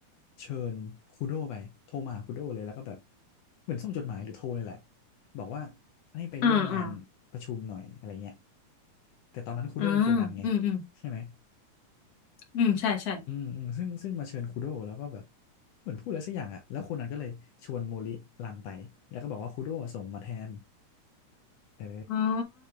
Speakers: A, on the left; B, on the left.
A: เชิญคูโดไปโทรมาหาคูโดเลยแล้วก็แบบเหมือนส่งจดหมายหรือโทรเลยแหละบอกว่าให้ไปร่วมงานประชุมหน่อยอะไรเงี้ย
B: อ่าอ่า
A: แต่ตอนนั้นคูโดเป็นโคนันไง
B: อ่าอืมอืม
A: ใช่ไหม
B: อืมใช่ใช่
A: อืมอืมซึ่งซึ่งมาเชิญคูโดแล้วก็แบบเหมือนพูดอะไรสักอย่างอ่ะแล้วคนนั้นก็เลยชวนโมริรันไปแล้วก็บอกว่าคูโดอะส่งมาแทนเออ
B: อ๋อ